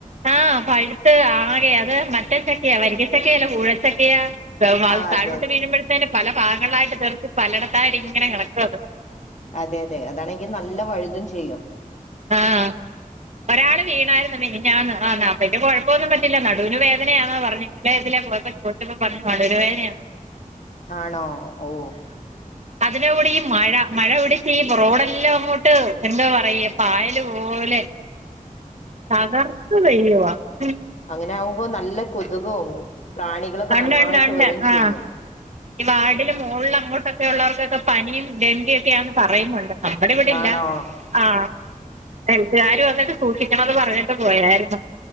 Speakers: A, on the right (about 55°); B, on the left (about 55°).
A: ആഹ് പഴ്ത്ത് ആകെ അത് മറ്റേച്ചക്കയാ വരിക്കച്ചക്കയല്ല കൂഴച്ചക്കയാ പ്പത് അത്
B: ആ
A: തഴോട്ട്
B: അതെ അതെ
A: വീഴുമ്പഴത്തേന് പല ഭാഗങ്ങളായിട്ട് തെറിച്ച് പലടത്തായിട്ട് ങ്ങനെ കെടക്കത്
B: അതെ യതെ അതാണെങ്കി നല്ല വഴുതും ചെയ്യും.
A: ആഹ് ഒരാള് വീണായിരുന്നു മിനിഞ്ഞാന്ന് ആഹ് നാപ്പയ്ന്റെ കൊഴപ്പമൊന്നും പറ്റില്ല നടുവിന് വേനയാന്നാ പർഞ്ഞേ ഇന്നലെ ഇതിലെ പോയപ്പോ പോയ് ച്ചപ്പോ പർഞ്ഞ് നടുവേദനയാണെന്ന് പറഞ്ഞു.
B: ആണോ ഔ
A: അതിനും കൂടീ ഈ മഴ മഴ പിടിച്ചീ റോഡെല്ലാങ്ങോട്ട് എന്താ പറയ പായല് പോലെ തകർത്ത് പെയ്യുവാ. ഉം
B: അങ്ങനാവുമ്പോ നല്ല കൊതുകും പ്രാണികളൊക്കെ
A: ഒണ്ട്
B: നന്നായിട്ട്
A: ഒണ്ട് ഒണ്ട്
B: വെരും ചെയ്യും
A: ആഹ് ഈ വാർഡില് മൊളിലങ്ങോട്ടൊക്കെ ഉള്ളവർക്കൊക്കെ പനിയും ഡെങ്കിയൊക്കെയാന്ന് പറയുന്നുണ്ട്. നമ്മടെ ഇവടില്ല
B: ആണോ
A: ആഹ് ഹെൽത്താര് വന്ന്ട്ട് സൂക്ഷിക്കണന്ന് പറഞ്ഞിട്ട് പോയായിര്ന്നു